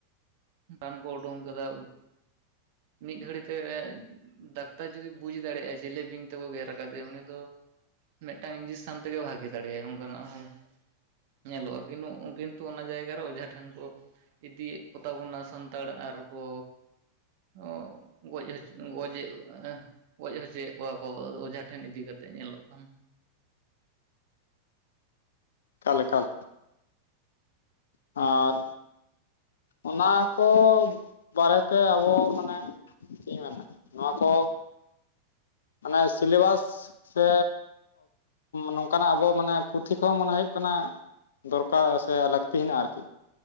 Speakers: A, on the right (about 50°); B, on the left (about 65°).
A: ᱵᱟᱱ ᱠᱚ ᱚᱰᱳᱝ ᱠᱟᱫᱟ᱾ ᱢᱤᱫ ᱜᱷᱟᱹᱲᱤᱡ ᱛᱮ ᱰᱟᱠᱛᱟᱨ ᱡᱩᱫᱤ ᱵᱩᱡᱽ ᱫᱟᱲᱮᱭᱟᱜᱼᱟ ᱡᱮᱞᱮ ᱵᱤᱧ ᱛᱮᱠᱚ ᱜᱮᱨ ᱟᱠᱟᱫᱮᱭᱟ ᱾ᱩᱱᱤ ᱫᱚ ᱢᱮᱫᱴᱟᱝ ᱤᱱᱡᱤᱠᱥᱟᱱ ᱛᱮᱜᱮ ᱵᱷᱟᱜᱮ ᱫᱟᱲᱮᱭᱟᱜᱼᱟ ᱚᱱᱠᱟᱱᱟᱜ ᱦᱚᱸ ᱧᱮᱞᱚᱜᱼᱟ, ᱠᱤᱱᱛᱩ ᱚᱱᱟ ᱡᱟᱭᱜᱟᱨᱮ ᱚᱡᱷᱟ ᱴᱷᱮᱱ ᱠᱚ ᱤᱫᱤᱭᱮᱫ ᱠᱚᱛᱟ ᱵᱚᱱᱟ, ᱥᱟᱱᱛᱟᱲ ᱟᱨᱠᱚ ᱚ ᱜᱚᱡ ᱦᱚᱪ ᱜᱚᱡᱮᱜ ᱜᱚᱡ ᱦᱚᱪᱚᱭᱮᱜ ᱠᱚᱣᱟ ᱠᱚ, ᱚᱡᱷᱟ ᱴᱷᱮᱱ ᱤᱫᱤ ᱠᱟᱛᱮᱫ ᱧᱮᱞᱚᱜ ᱠᱟᱱᱟ᱾
B: ᱮᱠᱟᱞ ᱮᱠᱟᱞ᱾ ᱟᱨ ᱚᱱᱟ ᱠᱚ ᱵᱟᱨᱮᱛᱮ ᱟᱵᱚ ᱢᱟᱱᱮ ᱪᱮᱫ ᱤᱧ ᱢᱮᱱᱟ ᱱᱚᱣᱟ ᱠᱚ ᱢᱟᱱᱮ ᱥᱤᱞᱮᱵᱟᱥ ᱥᱮ ᱱᱚᱝᱠᱟᱱᱟᱜ ᱟᱵᱚ ᱢᱟᱱᱮ ᱯᱩᱛᱷᱤ ᱠᱚᱦᱚᱸ ᱢᱚᱱᱮ ᱦᱩᱭᱩᱜ ᱠᱟᱱᱟ ᱫᱚᱨᱠᱟᱨ ᱥᱮ ᱞᱟᱹᱠᱛᱤ ᱦᱮᱱᱟᱜᱼᱟ ᱟᱨᱠᱤ᱾